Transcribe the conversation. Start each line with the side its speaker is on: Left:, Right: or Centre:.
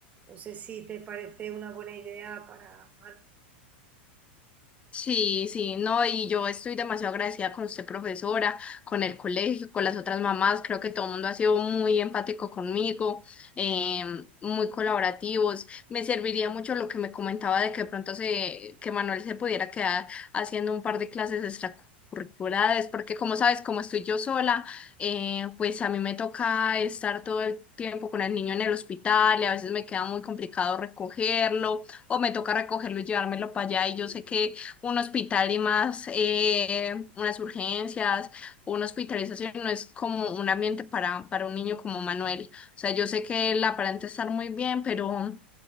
Right: No sé si te parece una buena idea para Manu.
Left: Sí, sí, no, y yo estoy demasiado agradecida con usted, profesora, con el colegio, con las otras mamás. Creo que todo el mundo ha sido muy empático conmigo, em, muy colaborativos. Me serviría mucho lo que me comentaba de que de pronto se, que Manuel se pudiera quedar haciendo un par de clases extracurriculares, porque como sabes, como estoy yo sola, eh, pues a mí me toca estar todo el tiempo con el niño en el hospital y a veces me queda muy complicado recogerlo o me toca recogerlo y llevármelo para allá y yo sé que un hospital y más eh, unas urgencias, una hospitalización, no es como un ambiente para, para un niño como Manuel. O sea, yo sé que él aparenta estar muy bien, pero,